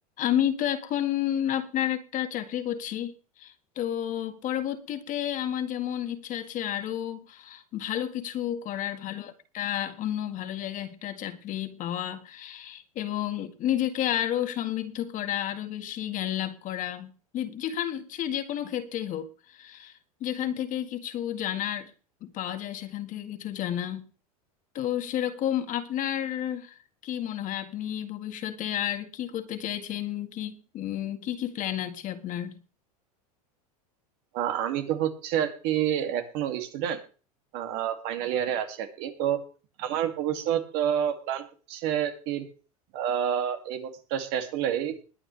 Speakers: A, on the left (about 40°); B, on the right (about 55°).
A: আমি তো এখন আপনার একটা চাকরি করছি তো পরবর্তীতে আমার যেমন ইচ্ছা আছে আরো ভালো কিছু করার ভালো একটা অন্য ভালো জায়গায় একটা চাকরি পাওয়া এবং নিজেকে আরো সমৃদ্ধ করা আরো বেশি জ্ঞান লাভ করা যে- যেখান সে যে কোনো ক্ষেত্রেই হোক যেখান থেকে কিছু জানার পাওয়া যায় সেখান থেকে কিছু জানা তো সেরকম আপনার কি মনে হয় আপনি ভবিষ্যতে আর কি করতে চাইছেন কি উম, কি কি প্ল্যান আছে আপনার
B: আহ, আমি তো হচ্ছে আর কি এখনো স্টুডেন্ট ফাইনাল ইয়ারে আছি আর কি তো আমার ভবিষ্যৎ প্ল্যান হচ্ছে আর কি আহ, এই বছরটা শেষ হলেই